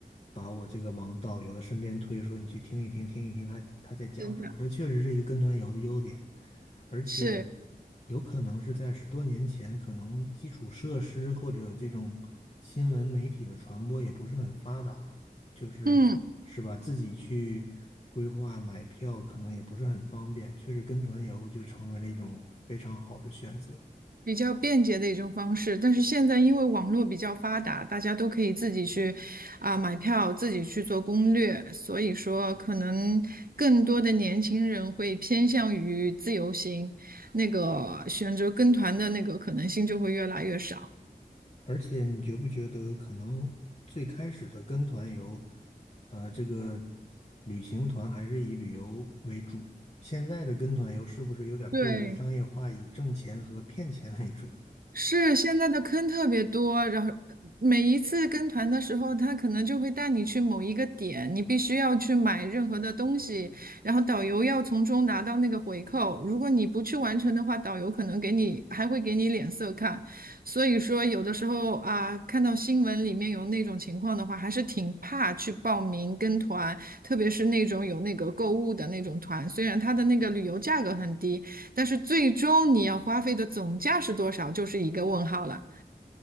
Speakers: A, on the left; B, on the right.
A: 把我这个往导游的身边推，说你去听一听，听一听他他在讲什么。
B: 真的
A: 这确实是一个跟团游的优点，而且。
B: 是，
A: 有可能是在十多年前，可能基础设施或者这种新闻媒体的传播也不是很发达，就是是吧？
B: 嗯。
A: 自己去规划买票可能也不是很方便，确实跟团游就成为了一种非常好的选择。
B: 比较便捷的一种方式，但是现在因为网络比较发达，大家都可以自己去啊、买票，自己去做攻略，所以说可能更多的年轻人会偏向于自由行，那个选择跟团的那个可能性就会越来越少。
A: 而且你觉不觉得，可能最开始的跟团游，呃，这个旅行团还是以旅游为主，现在的跟团游是不是有点过于商业化，
B: 对，
A: 以挣钱和骗钱为主？
B: 是现在的坑特别多，然后呃每一次跟团的时候，他可能就会带你去某一个点，你必须要去买任何的东西，然后导游要从中拿到那个回扣。如果你不去完成的话，导游可能给你还会给你脸色看。所以说，有的时候啊，看到新闻里面有那种情况的话，还是挺怕去报名跟团，特别是那种有那个购物的那种团，虽然它的那个旅游价格很低。但是最终你要花费的总价是多少，就是一个问号了。